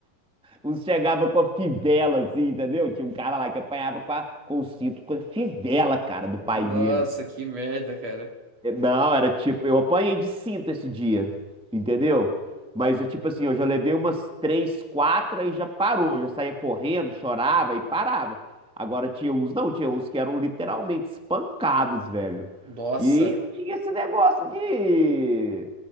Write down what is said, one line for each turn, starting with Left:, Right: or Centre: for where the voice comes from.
Centre: Uns chegava com a fivela, assim, entendeu? Tinha um cara lá que apanhava com, a, com o cinto, com a fivela, cara, do pai
Right: Nossa,
Centre: dele.
Right: que merda, cara.
Centre: Não, era tipo, eu apanhei de cinto esse dia, entendeu? Mas eu, tipo assim, eu já levei umas três, quatro, aí já parou, já saía correndo, chorava e parava. Agora tinha uns, não, tinha uns que eram literalmente espancados, velho.
Right: Nossa,
Centre: E não tinha esse negócio de